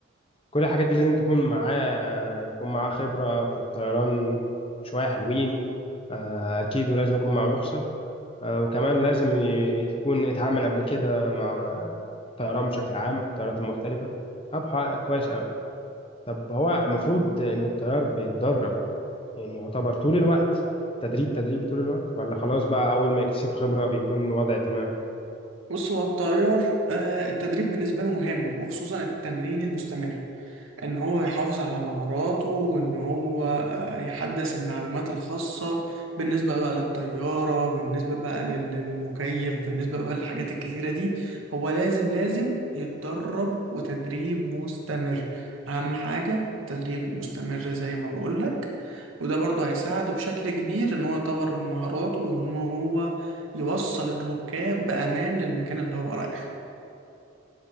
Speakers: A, on the left; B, on the right.
A: كل الحاجات دي لازم تكون معاه آه، يكون معاه خبره في الطيران شويه حلوين آه، اكيد ولازم يكون معاه رخصه آه، وكمان لازم ي- يكون اتعامل قبل كده مع الطيران بشكل عام الطيارات المختلفة هبحث كويس أوي طب هو المفروض إن الطيار بيتدرب يعني يعتبر طول الوقت تدريب تدريب طول الوقت ولا خلاص بقى أول ما يكتسب خبرة بيكون وضع تمام
B: بص هو الطيار آه، التدريب بالنسبة له مهم وخصوصا التمرين المستمر ان هو يحافظ على مهاراته وان هو آه، يحدث المعلومات الخاصة بالنسبة بقى للطيارة بالنسبة بقى لل- للمكيف بالنسبة بقى للحاجات الكتيرة دي هو لازم لازم يتدرب وتدريب مستمر اهم حاجة التدريب المستمر زي ما بقولك وده برضه هيساعده بشكل كبير ان هو يطور من مهاراته وان هو يوصل الركاب بأمان للمكان اللي هو رايحه